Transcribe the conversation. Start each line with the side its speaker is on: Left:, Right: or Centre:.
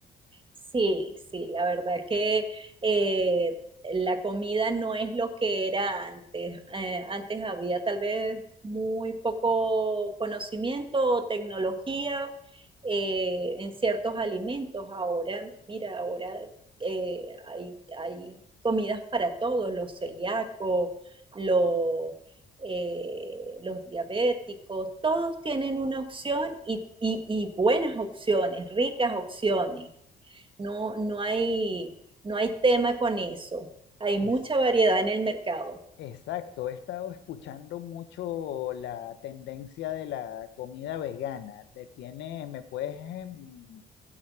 Right: Sí, sí, la verdad que eh, la comida no es lo que era antes. Eh, antes había tal vez muy poco conocimiento o tecnología eh, en ciertos alimentos. Ahora, mira, ahora eh, hay, hay comidas para todos, los celíacos, los, eh, los diabéticos, todos tienen una opción y, y y buenas opciones, ricas opciones. No, no hay, no hay tema con eso. Hay
Left: Es
Right: mucha variedad en el mercado.
Left: exacto, he estado escuchando mucho la tendencia de la comida vegana. Te tienes, me puedes, em,